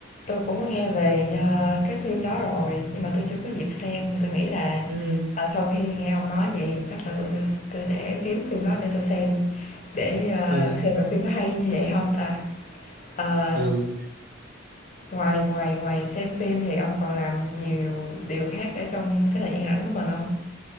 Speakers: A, on the left; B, on the right.
A: Tôi cũng có nghe về, ờ, cái phim đó rồi, nhưng mà tôi chưa có dịp xem thì tôi nghĩ là,
B: ừ
A: ờ, sau khi nghe ông nói vậy thì chắc là tôi tôi tôi sẽ kiếm phim đó để tôi xem, để, ờ,
B: ừ
A: xem là phim nó hay như vậy không ta? Ờ,
B: ừ
A: ngoài ngoài ngoài xem phim thì ông còn làm nhiều điều khác ở trong cái thời gian rảnh của mình không?